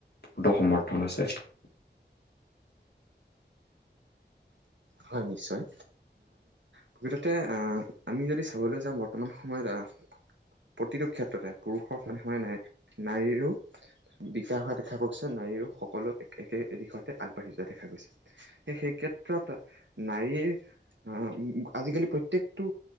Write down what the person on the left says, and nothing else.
পূৰ্ণ সমৰ্থন আছে।